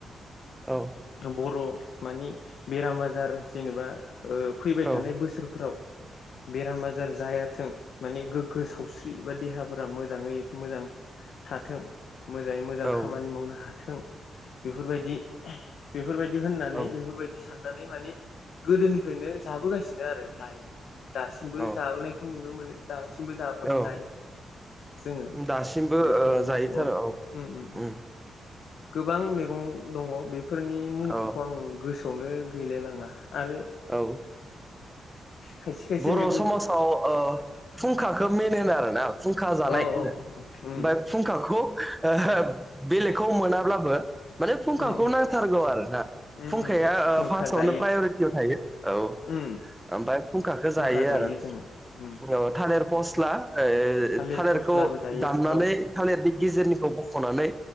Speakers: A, in the centre; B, on the left.
A: औ
B: ओम बर' मानि बेराम आजार जेनेबा ओ फैबाय
A: औ
B: थानाय बोसोरफोराव बेराम आजार जायाथों माने गोग्गो सावस्रि बा देहाफोरा मोजाङै मोजां थाथों मोजाङै मोजां
A: औ
B: खामानि मावनो हाथों। बेफोरबायदि एहे बेफोरबायदि होननानै
A: औ
B: बेफोरबायदि साननानै माने गोदोनिफ्रायनो जाबोगासिनो आरो जायो दासिमबो
A: औ
B: जाबोनायखौ नुनो मोनो दा सिमबो जाबो
A: औ
B: जायो। जोङो
A: दासिमबो
B: बेफोर
A: ओ
B: मैगंखौ
A: जायोथर' औ
B: उम उम उम
A: ओम
B: गोबां मैगं दङ बेफोरनि मुंफोरखौ
A: औ
B: आं गोसोआवनो गैलायलाङा आरो
A: औ
B: खायसे खायसे
A: बर'
B: मैगं
A: समाजाव ओ खुंखाखौ मेन होनो आरो ना? खुंखा जानाय
B: औ
A: होनो
B: औ औ उम
A: ओमफ्राय खुंखाखौ- ओहोम बेलेगखौ मोनाब्लाबो माने खुंखाखौ
B: उम उम
A: नांथारगौ आरो ना?
B: उम
A: खुंखाया
B: उम खुंखा
A: फार्स्टआवनो
B: जायो
A: प्रायरिटियाव थायो औ
B: उम
A: ओमफ्राय फुंखखो
B: खुंखा
A: जायो आरो
B: जोङो उम
A: औ थालिर फस्ला ओ
B: थालिर
A: थालिरखौ
B: फस्लाबो जायो
A: दामनानै
B: औ
A: थालिरनि गेजेरनिखौ बख'नानै